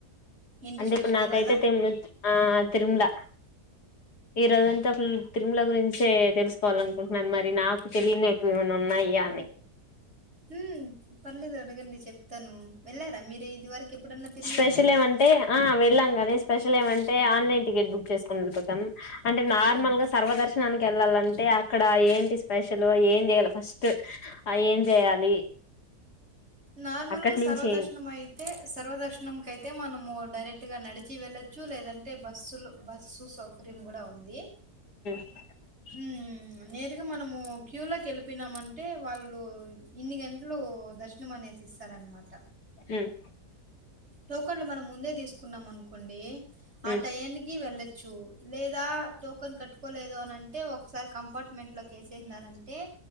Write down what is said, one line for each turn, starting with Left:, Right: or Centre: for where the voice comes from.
Right: ఏంటి
Left: అంటే
Right: స్పెషల్
Left: ఇప్పుడు నాకైతే
Right: ఇవాళ
Left: తిమ్ ఆ తిరుమల ఈ రోజు అంతాఫుల్ తిరుమల గురించే తెలుసుకోవాలనుకుంటున్నాను మరి నాకు తెలియని ఎకువ ఏమన్నా ఉన్న న్నాయ్యని
Right: ఉ పర్లేదు అడగండి చెప్తాను వెళ్ళారా మీరు ఇది వరకు ఎప్పుడన్నా తిరుమలకి
Left: స్పెషల్ ఏమంటే ఆ వెళ్ళాం కానీ స్పెషల్ ఏమంటే ఆన్లైన్ టికెట్ బుక్ చేసుకుని పోతం నార్మల్
Right: మ్
Left: గా సర్వ దర్శనానికి వెళ్ళాలంటే అక్కడ ఏంటి స్పెషల్ ఏం చేయాలి ఫస్ట్ ఏం చేయాలి
Right: నార్మల్
Left: అక్కడి
Right: గా సర్వదర్శనం
Left: నుంచి
Right: అయితే సర్వదర్శనం కయితే మనము డైరెక్ట్ గా నడిచ డిచి వెళ్ళొచ్చు లేదంటే బస్సులు బస్సు సౌకర్యం కూడా ఉంది
Left: <inaudible>
Right: మ్ నేరుగా మనము క్యూ లోకి వెళ్లిపినామంటే వాళ్ళు ఇన్ని గంటలు దశ మానేసి ఇస్తారనమాట
Left: ఉమ్
Right: టోకన్లు మనం ముందే తీసుకున్నాం అనుకోండి ఆ
Left: ఉమ్
Right: టైం కి వెళ్ళచ్చు చు లేదా టోకెన్ కట్టుకోలేదు అనింటే ఒకసారి కంపార్ట్మెంట్ లో కెసేసినారంటే